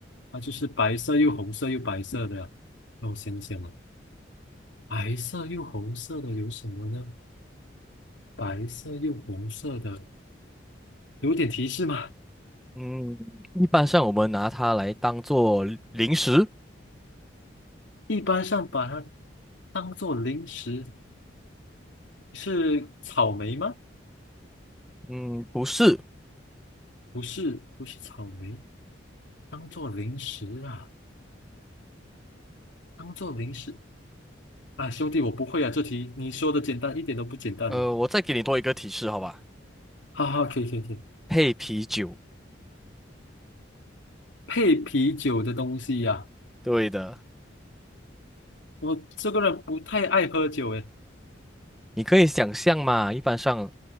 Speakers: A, on the left; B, in the centre.
A: 啊，就是白色又红色又白色的呀。让我想想啊，白色又红色的有什么呢？白色又红色的，有点提示吗？
B: 嗯，一般上我们拿它来当做零食。
A: 一般上把它当做零食，是草莓吗？
B: 嗯，不是。
A: 不是不是草莓，当做零食啊，当做零食啊，兄弟，我不会啊，这题你说的简单一点都不简单呢。
B: 呃，我再给你多一个提示，好吧？
A: 哈哈，可以可以可以，
B: 配啤酒。
A: 配啤酒的东西呀、
B: 对的，
A: 我这个人不太爱喝酒诶。
B: 你可以想象嘛，一般上